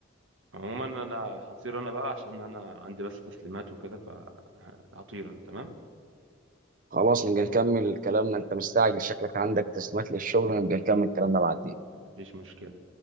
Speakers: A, on the right; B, on the right.
A: عموما انا هطير انا بقى عشان انا عندي بس تسليمات وكده فهطير انا تمام
B: خلاص نبقى نكمل كلامنا انت مستعجل شكلك عندك تسليمات للشغل نبقى نكمل كلامنا بعدين
A: مفيش مشكله